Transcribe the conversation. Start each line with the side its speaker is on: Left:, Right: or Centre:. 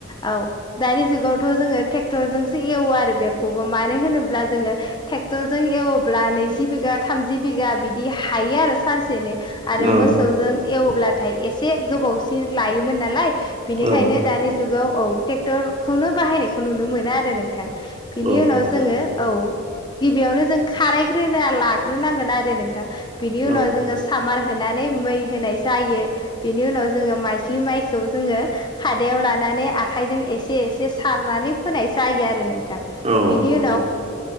Left: औ दानि जुगाव थ' जोङो ट्रेक्टरजोंसो एवो आरो बेखौबो मानो होनोब्ला जोङो ट्रेक्टरजों एवोब्ला नै जि बिघा थामजि बिघा बिदि हायो आरो सानसेनो आरो
Right: औ
Left: मोसौजों एवब्ला नाथाय एसे गोबावसिन लायोमोन नालाय बिनिखायनो
Right: औ
Left: दानि जुगाव औ ट्रेक्टरखौनो बाहायनायखौ नुनो मोनो आरो नोंथां बिनि
Right: औ
Left: उनाव
Right: नंगौ
Left: जोङो औ गिबियावनो जों खारायग्रोना लाग्रोनांगोन आरो नोंथां बिनि उनाव
Right: औ
Left: जोङो सामार होनायनै मै होनाय जायो बेनि उनाव जो माइज्लि माइखौ जोङो खादायाव लानानै माने आखायजों एसे एसे सारनानै फोनाय जायो आरो नों थां
Right: औ
Left: बिनि
Right: नंगौ
Left: उनाव